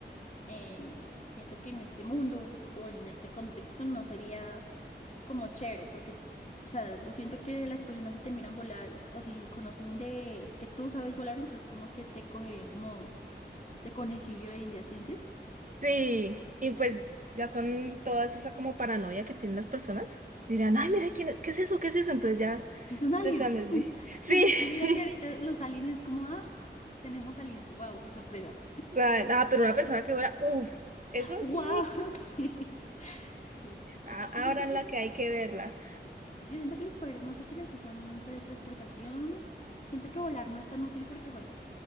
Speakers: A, on the left; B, on the right.
A: eh, siento que en este mundo o en este contexto no sería como chévere, porque, o sea, yo siento que las personas si te miran volar o si conocen de que tú sabes volar, entonces como que te cogerían como de conejillo de India, ¿sientes?
B: Sí, y pues ya con toda esa como paranoia que tienen las personas, dirán, ay, mira, ¿quién, qué es eso? ¿Qué es eso? Entonces ya.
A: Es un alien.
B: De Standard Bee.
A: <laughs>
B: Sí.
A: Pues es que mira
B: <laughs>
A: que ahorita los aliens como, ah, tenemos aliens. Wow, qué sorpresa.
B: Ah, ah, pero una persona que vuela, uff, eso
A: Wow,
B: sí,
A: <laughs> sí. Sí.
B: a- ahora
A: Yo siento
B: la
A: que
B: que hay que verla.
A: Yo siento que los poderes más útiles sí son teletransportación. Siento que volar no es tan útil porque, pues,